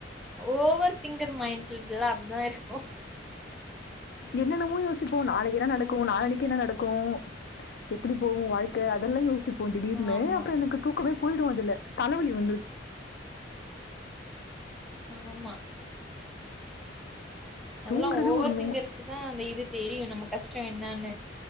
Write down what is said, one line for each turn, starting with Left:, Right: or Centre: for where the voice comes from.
Centre: ஓவர் திங்கர் மைண்ட்லா அப்டிதா இருக்கு
Left: என்ன இன்னமோ யோசிச் இப்போ நாளைக்கு என்ன நடக்கு
Centre: ம்
Left: நாலானைக்கு என்ன நடக்கு எப்படி போகு வாழ்க்க அதெல்லா யோசி போ ந்திடிர்னு
Centre: ஆமா
Left: அப்புற எனக்கு தூக்கமே போயிடு அதுல தலைவலி வந்
Centre: ஆமா அதெல்லா
Left: தூங்குறது
Centre: ஒவொருத்திங்கருக்கு
Left: ஒரு நோ
Centre: தா அந்த இது தெரியு நம்ம கஷ்டோ என்னன்னு